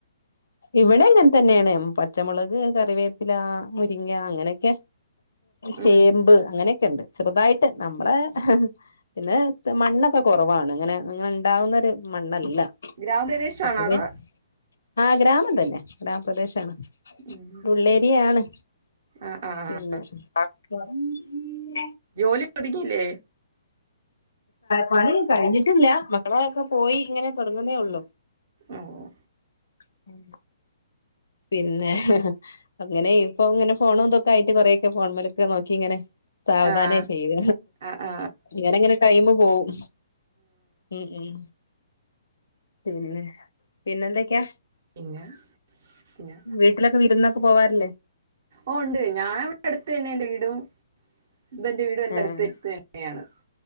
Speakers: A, on the left; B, on the right.
A: ഇവിടെ ഇങ്ങൻ തന്നെ ആണ് പച്ചമുളക്, കറിവേപ്പില, മുരിങ്ങ അങ്ങനെക്കെ
B: ഉം
A: ചേമ്പ് അങ്ങനോക്കെ ഇണ്ട് ചെറുതായിട്ട് നമ്മളെ പിന്നെ സ് ത്ത മണ്ണൊക്കെ കൊറവാണ് ഇങ്ങനെ അങ്ങനെ ഇണ്ടാവുന്നൊരു മണ്ണല്ല
B: ഗ്രാമപ്രദേശാണോ
A: അപ്പൊ പി
B: അതോ
A: ആഹ് ഗ്രാമം തന്നെ ഗ്രാമപ്രദേശാണ്
B: ഉം
A: ഉള്ളേരിയാണ്.
B: ആഹ് ആഹ്
A: പിന്നെ
B: ആഹ്
A: <inaudible>
B: ജോലി തുടങ്ങീല്ലേ?
A: പണി കഴിഞ്ഞിട്ടില്ല മകളൊക്കെ പോയി ഇങ്ങനെ തൊടങ്ങുന്നേ ഉള്ളു.
B: ഓഹ് ഓഹ്
A: <unintelligible> പിന്നെ അങ്ങനെ ഇപ്പൊങ്ങനെ ഫോണും ഇതൊക്കായിട്ട് കൊറെക്കെ ഫോൺ മലൊക്കെ നോക്കിങ്ങനെ- സാവധാനേ
B: ആഹ്
A: ചെയ്ക
B: ആഹ് ആഹ്
A: ഇങ്ങനങ്ങനെ- ടൈമ് പോവും ഉം ഉം പിന്നെ പിന്നെന്തോക്കെയാ
B: പിന്നെ പിന്നെ
A: വീട്ടിലൊക്കെ വിരുന്നൊക്കെ പോവാറില്ലേ?
B: ഓഹ് ഉണ്ട് ഞാവിടെ അടുത്തെന്നെന്റെ വീടും ഹസ്ബൻന്റെ വീടും എല്ലാം
A: ആഹ്
B: അടുത്തെടുത്തന്നെയാണ്.